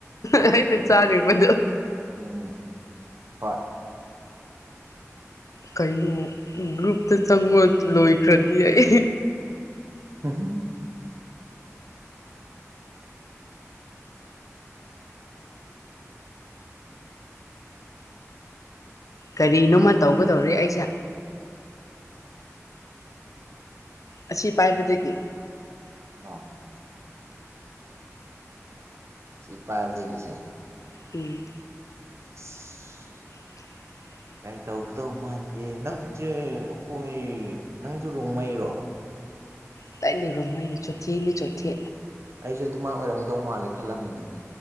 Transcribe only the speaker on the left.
ꯑꯩꯅ ꯆꯥꯨꯔꯤꯕꯗꯣ
ꯀꯩꯅꯣ ꯒ꯭ꯔꯨꯞꯇ ꯆꯪꯉꯣ ꯂꯣꯏꯈ꯭ꯔꯗꯤ ꯑꯩ
ꯀꯔꯤꯅꯣꯃ ꯇꯧꯒꯗꯧꯔꯦ ꯑꯩꯁꯦ ꯑꯁꯤ ꯄꯥꯏꯕꯗꯒꯤ
ꯎꯝ
<inaudible>
ꯀꯗꯥꯏꯗꯩ ꯔꯣꯃꯩꯅꯣ ꯆꯣꯠꯊꯦ ꯅꯤ ꯆꯣꯠꯊꯦ